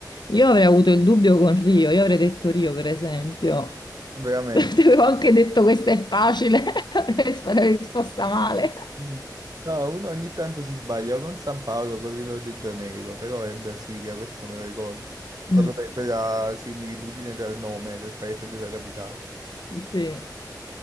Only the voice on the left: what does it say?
Io avrei avuto il dubbio con Rio, io avrei detto Rio per esempio.
<laughs> Ti avevo anche detto questa è facile, <laughs> avrei sp- avrei risposta male.
Mm.
Sì,